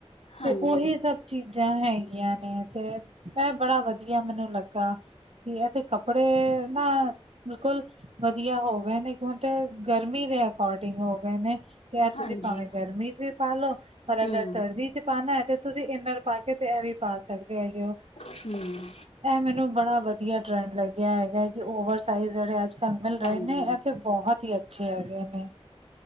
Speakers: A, on the left; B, on the right.
A: ਹਾਂਜੀ,
B: ਤੇ ਉਹੀ ਸਭ ਚੀਜ਼ਾਂ ਹੈਗੀਆਂ ਨੇ ਤੇ ਮੈ ਬੜਾ ਵਧੀਆ ਮੈਨੂੰ ਲੱਗ ਕਾ ਇਹ ਤੇ ਕੱਪੜੇ ਨਾ ਬਿਲਕੁਲ ਵਧੀਆ ਹੋ ਗਏ ਨੇ, ਕਿਉਂ ਗਰਮੀ ਦੇ ਅਕੋਰਡਿੰਗ ਹੋ ਗਏ ਨੇ
A: ਹਾਂਜੀ,
B: ਤੁਸੀਂ ਭਾਵੇਂ ਗਰਮੀ ਚ ਵੀ ਪਾ ਲਓ, ਪਰ
A: ਹੂੰ,
B: ਅਗਰ ਸਰਦੀ ਚ ਪਾਣਾ ਹੈ ਤੇ ਤੁਸੀਂ ਇੰਨਰ ਪਾ ਕੇ ਤੇ ਇਹ ਵੀ ਪਾ ਸਕਦੇ ਹੋ
A: ਹਮ
B: ਇਹ ਮੈਨੂੰ ਬੜਾ ਵਧੀਆ ਟਰੈਂਡ ਲੱਗਿਆ ਹੈਗਾ ਹੈ ਕਿ ਓਵਰਸਾਈਜ਼ ਜਿਹੜੇ ਅੱਜ -ਕੱਲ ਮਿਲ ਰਹੇ
A: ਹਾਂਜੀ
B: ਨੇ ਅਤੇ ਬਹੁਤ ਹੀ ਅੱਛੇ ਹੈਗੇ ਨੇ